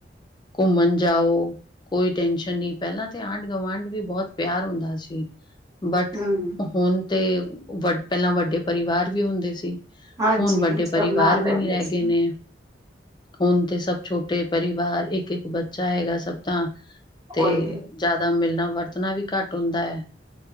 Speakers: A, on the left (about 25°); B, on the right (about 20°).
A: ਘੁੰਮਣ ਜਾਓ। ਟੈਸ਼ਨ ਨਹੀਂ। ਪਹਿਲਾਂ ਤੇ ਆਂਢ-ਗਵਾਂਢ ਵੀ ਬਹੁਤ ਪਿਆਰ ਹੁੰਦਾ ਸੀ, ਬਟ
B: ਹਮ
A: ਹੁਣ ਤੇ ਵ ਪਹਿਲਾਂ ਵੱਡੇ ਪਰਿਵਾਰ ਵੀ ਹੁੰਦੇ ਸੀ।
B: ਹਾਂਜੀ
A: ਹੁਣ ਵੱਡੇ
B: ਸਭ
A: ਪਰਿਵਾਰ
B: ਨਾਲ
A: ਵੀ
B: ਰਹਿੰਦੇ
A: ਨਹੀ ਰਹਿ
B: ਸੀ
A: ਗਏ ਨੇ। ਹੁਣ ਤੇ ਸਭ ਛੋਟੇ ਪਰਿਵਾਰ ਇੱਕ-ਇੱਕ ਬੱਚਾ ਹੈਗਾ ਸਭ ਤਾਂ। ਤੇ
B: ਉਹੀ
A: ਜ਼ਿਆਦਾ ਮਿਲਣਾ ਵਰਤਣਾ ਵੀ ਘੱਟ ਹੁੰਦਾ ਏ।